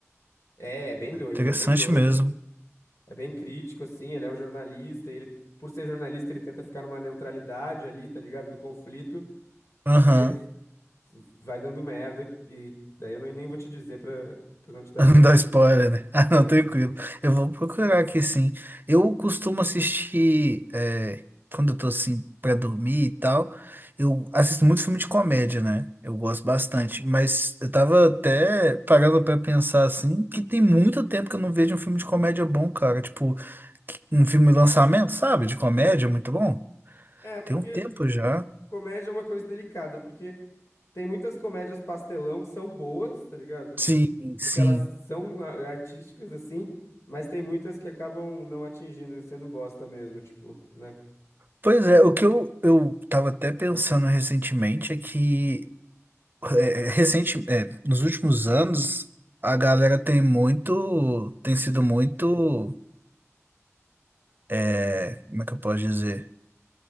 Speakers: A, on the left (about 65°); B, on the right (about 40°).
A: É, é bem doido,
B: Interessante
A: é bem doido.
B: mesmo.
A: É bem crítico, assim. Ele é um jornalista e ele, por ser jornalista, ele tenta ficar numa neutralidade ali, tá ligado? Do conflito,
B: Aham.
A: mas vai dando merda. E daí eu não- nem vou te dizer pra, pra não te
B: <laughs>
A: dar
B: Não
A: spoiler.
B: dá spoiler, né? Ah,
A: É.
B: não, tranquilo. Eu vou procurar aqui sim. Eu costumo assistir, é, quando eu tô assim, pra dormir e tal, eu assisto muito filme de comédia, né? Eu gosto bastante. Mas eu tava até parando pra pensar assim, que tem muito tempo que eu não vejo um filme de comédia bom, cara. Tipo, que- um filme de lançamento, sabe? De comédia, muito bom.
A: É, porque
B: Tem um tempo já.
A: comédia é uma coisa delicada, porque. Tem muitas comédias pastelão que são boas, tá ligado?
B: Sim, sim.
A: Porque elas são a- artísticas, assim, mas tem muitas que acabam não atingindo, sendo bosta mesmo, tipo, né?
B: Pois é, o que eu, eu tava até pensando recentemente é que. é, é, recente, é, nos últimos anos, a galera tem muito, tem sido muito, é, como é que eu posso dizer?